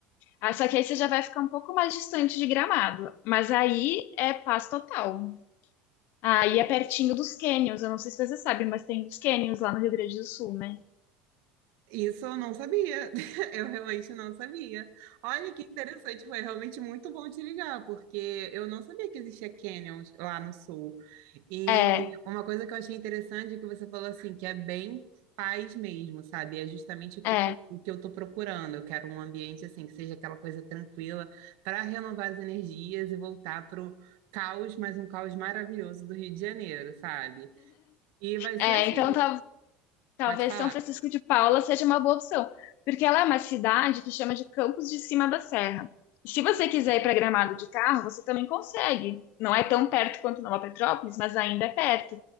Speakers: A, on the left (about 60°); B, on the right (about 70°).
A: Ah, só que aí você já vai ficar um pouco mais distante de Gramado. Mas aí é paz total. Aí é pertinho dos cânions. Eu não sei se você sabe, mas tem os cânions lá no Rio Grande do Sul, né?
B: Isso eu não sabia, <laughs> eu realmente não sabia. Olha que interessante, foi realmente muito bom te ligar, porque eu não sabia que existia canyons lá no sul. E
A: É,
B: uma coisa que eu achei interessante é que você falou assim, que é bem paz mesmo, sabe? É justamente o
A: é,
B: que que eu, o que eu tô procurando. Eu quero um ambiente assim, que seja aquela coisa tranquila para renovar as energias e voltar para o caos, mas um caos maravilhoso do Rio de Janeiro, sabe? E vai ser
A: é.
B: assim,
A: Então tal- talvez
B: pode falar.
A: São Francisco de Paula seja uma boa opção. Porque ela é uma cidade que chama de Campos de Cima da Serra. E se você quiser ir para Gramado de carro, você também consegue. Não é tão perto quanto Nova Petrópolis, mas ainda é perto.